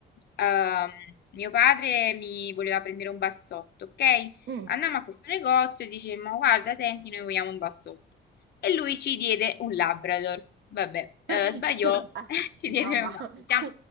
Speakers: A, on the left; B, on the right.
A: Ehm, mio padre mi voleva prendere un bassotto, ok?
B: mm.
A: Andammo a questo negozio e dicemmo, guarda, senti, noi vogliamo un bassotto. E lui ci diede un Labrador. Vabbè, eh,
B: <laughs>
A: sbagliò,
B: Ah,
A: <laughs> ci
B: insomma,
A: diede un... Diciamo,
B: <laughs>